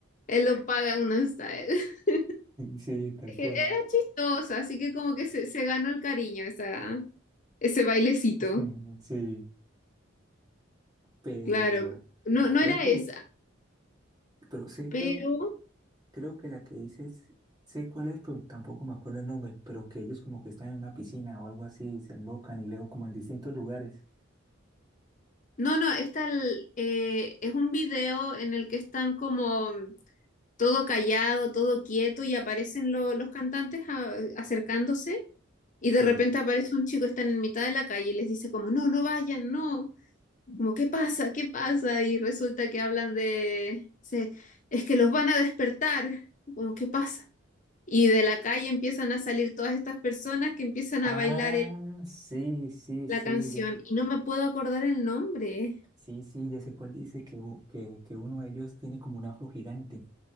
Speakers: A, on the left; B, on the right.
A: él lo pagan no está él <laughs>
B: sí, tal
A: Era
B: cual,
A: chistosa, así que como que se, se ganó el cariño esa. Ese bailecito,
B: <laughs> sí, pero
A: claro. No, no
B: creo
A: era
B: que,
A: esa,
B: pero sí,
A: pero
B: creo Creo que la que dices, sé cuál es, pero tampoco me acuerdo el nombre, pero que ellos como que están en una piscina o algo así, y se enlocan y luego como en distintos lugares.
A: no, no, esta l- eh, es un video en el que están como todo callado, todo quieto y aparecen lo- los cantantes a- acercándose y de
B: Sí.
A: repente aparece un chico, están en mitad de la calle y les dice como, no, no vayan, no, como, ¿qué pasa? ¿Qué pasa? Y resulta que hablan de, se- es que los van a despertar, como, ¿qué pasa? Y de la calle empiezan a salir todas estas personas que empiezan
B: Ah,
A: a bailar
B: sí, sí, sí,
A: la canción
B: ya,
A: y no me puedo acordar el nombre.
B: sí, sí, ya sé cuál dice, que, u- que, que uno de ellos tiene como un afro gigante.